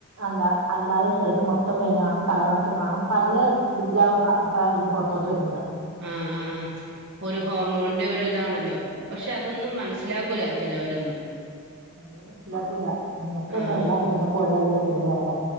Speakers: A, on the right; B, on the right.
A: എന്താ? അല്ലാതെ ശരീരം മൊത്തം വേന കാണും തലകറക്കം കാണും പല ഇതില പ ഇത് പുറത്തോട്ട് വരുന്നത്
B: ആഹ് ആഹ് ഒരു ഹോർമോണിന്റെ ഒരു ഇതാണല്ലോ പക്ഷെ അതൊന്നും മനസ്സിലാക്ക കൂലാ ചിലോറൊന്നും
A: യേ മനസ്സിലാക്കൂല നിനക്ക്
B: ആഹ്
A: എന്നെ എല്ലാ പെങ്ങൾക്കും ഉള്ളതല്ലാതതന്ന് പറയണേ